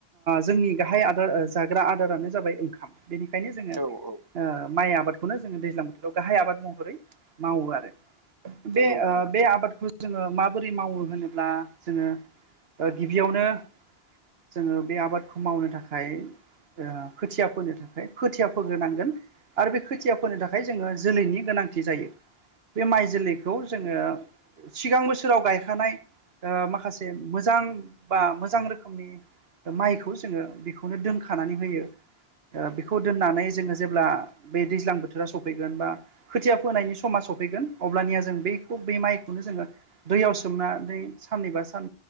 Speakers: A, on the right; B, on the right.
A: जोंनि गाहाय आदार जाग्रा आदारानो जाबाय ओंखाम बेनिखायनो जोङो
B: थार औ औ
A: माइ आबाद ज दैज्लां बोथोराव ग आबाद महै मावो आरो
B: नंगौ नोंथां
A: आबादखौ जोङो माबोरै मावो होनोब्ला जोङो गिबियावनो जोङो बे आबादखौ मावनो थाखाय खोथिया फोनो थाखाय खोथिया फोग्रोनांगोन आरो बे खोथिया फोनो थाखाय जोङो जोलैनि गोनांथि जायो बे माइ जोलैखौ जोङो सिगां बोसोराव गायखानाय माखासे मोजां बा मोजां मोजां रोखोमनि माइखौ जोङो बेखौनो दोनखानानै होयो बेखौ दोननानै जोङो जेब्ला बे दैज्लां बोथोरा सफैगोन बा खोथिया फोनायनि समा सफैगोन अब्लानिया जों बेखौ बे माइखौनो जोङो दैयाव सोमना दै साननैबा सान